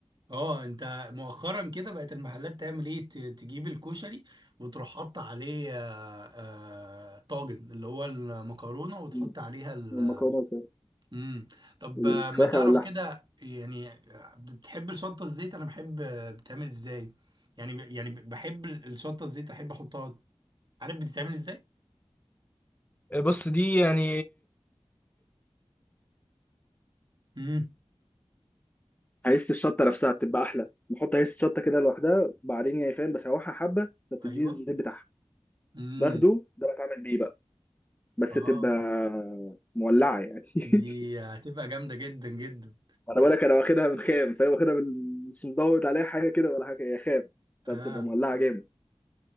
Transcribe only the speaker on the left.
م.
المكرونه والفراخ
الفراخ
او اللحم
بص دي يعني
هيست الشطه نفسها بتبقى احلى بحط هيست الشطه كده لوحدها بعدين يعني فاهم بشوحها حبه فبتديني
الزيت بتاعها
باخده ده بتعمل بيه بقى بس
تبقى مولعه يعني <laughs>
انا بقول لك انا واخدها من خام فاهم واخدها من مش مزود عليها حاجه كده ولا حاجه هي خام
فبتبقى مولعه جامد